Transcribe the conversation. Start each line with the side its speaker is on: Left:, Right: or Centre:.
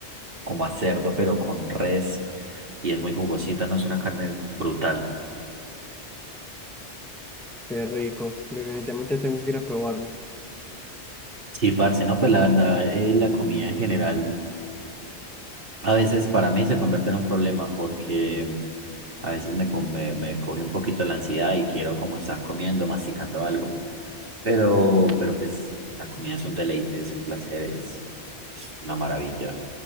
Right: como a cerdo, pero con res, y es muy jugosita, no es una carne brutal.
Centre: Qué rico, definitivamente tengo que ir a probarlo.
Right: Sí, parce, no, pues la verdad, eh, la comida en general a veces para mí se convierte en un problema, porque A veces me, co- me, me coge un poquito la ansiedad y quiero como estar comiendo, masticando algo. Pero, pero pues la comida es un deleite, es un placer, es es una maravilla.